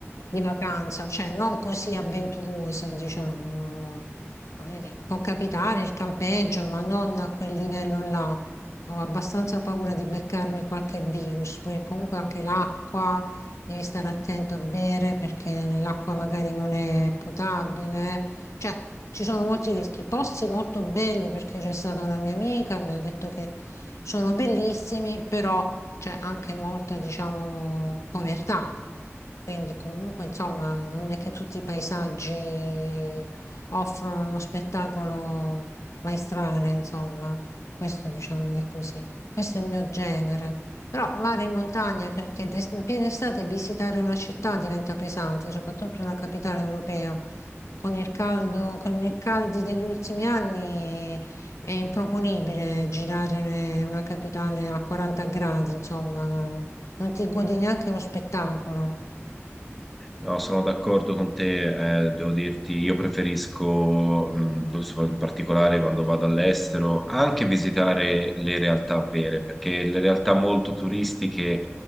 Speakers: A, on the left; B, in the centre.
A: di vacanza, cioè non così avventurosa, diciamo. Voglio dire, Può capitare il campeggio, ma non a quel livello là. Ho abbastanza paura di beccarmi qualche virus, poi comunque anche l'acqua, devi stare attento a bere perché l'acqua magari non è potabile. Cioè, ci sono molti rischi. Posti molto belli perché c'è stata una mia amica, mi ha detto che sono bellissimi, però c'è anche molta, diciamo, povertà. Quindi comunque, insomma, non è che tutti i paesaggi offrono uno spettacolo maestrale, insomma. Questo diciamo è così. Questo è il mio genere. Però mare in montagna, perché d'est- in piena estate visitare una città diventa pesante, soprattutto una capitale europea. Con il caldo, con i caldi degli ultimi anni è improponibile girare una capitale a 40 gradi, insomma, non ti godi neanche lo spettacolo.
B: No, sono d'accordo con te, eh, devo dirti, io preferisco, mh, in particolare quando vado all'estero, anche visitare le realtà vere, perché le realtà molto turistiche